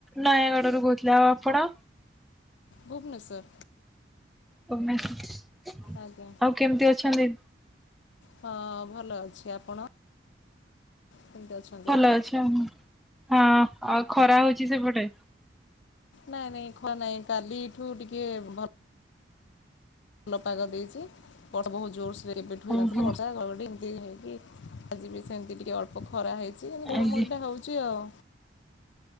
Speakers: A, in the centre; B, on the left.
A: ନୟାଗଡ଼ରୁ କହୁଥିଲି ଆଉ ଆପଣ?
B: ଭୁବନେଶ୍ୱର।
A: ଭୁବନେଶ୍ୱର,
B: ଆଜ୍ଞା
A: ଆଉ କେମିତି ଅଛନ୍ତି?
B: ହଁ ଭଲ ଅଛି, ଆପଣ? କେମିତି ଅଛନ୍ତି?
A: ଭଲ ଅଛି ହୁଁ, ହଁ ଆଉ ଖରା ହେଉଛି ସେପଟେ?
B: ନାଇଁ-ନାଇଁ ଖରା ନାଇଁ କାଲିଠୁ ଟିକେ ଭଲ୍ ଭଲ ପାଗ ଦେଇଛି, ବର୍ଷା ବହୁତ ଜୋରସେ କେବେଠୁ ହେଇନଥିଲା
A: ଓହୋ
B: ବର୍ଷା ଘଡ଼ଘଡ଼ି ଏମ୍ ଏମିତି ହେଇକି ଆଜି ବି ସେମିତି ଟିକେ ଅଳ୍ପ ଖରା ହେଇଛି <inaudible> ଗୁଳମୁଳିଟା
A: ଆଜ୍ଞା
B: ହେଉଛି ଆଉ